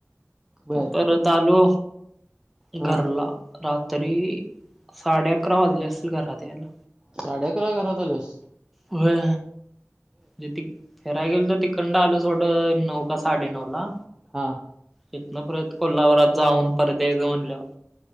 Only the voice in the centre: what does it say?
परत आलो
घरला. रात्री साडे अकरा वाजले असतील घरात यायला.
व्हय जती फिराय गेलतो तिकडन आलो सोड नऊ का साडे नऊ ला.
तिथन परत कोल्हापुरात जाऊन परत यायच म्हटल्यावर.